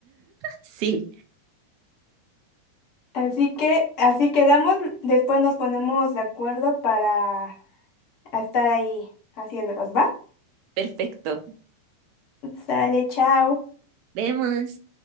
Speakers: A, on the right; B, on the left.
A: Sí,
B: Así que, así quedamos. Después nos ponemos de acuerdo para estar ahí haciéndolos, ¿va?
A: perfecto.
B: Sale, chao.
A: Vemos.